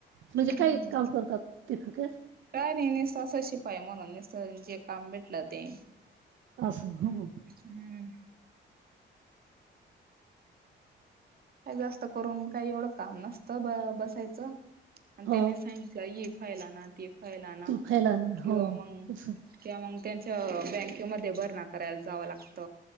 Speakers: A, on the right (about 75°); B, on the right (about 50°).
A: म्हणजे
B: हम्म.
A: काय काम करतात. तिथं त्या.
B: काय नाही निस्त असं शिपाई म्हणून. निस्त जे काम भेटलं ते.
A: अस हो.
B: हम्म. काय जास्त करून काही एवढं काम नसतं. ब बसायचं. आणि
A: हो
B: त्यांनी सांगितलं ही फईल आना. ती फाईल आना.
A: ती फैलान
B: किंवा
A: हो
B: मग
A: तसं
B: किंवा मग त्यांच्या बँकेमध्ये भरना करायला जावं लागत.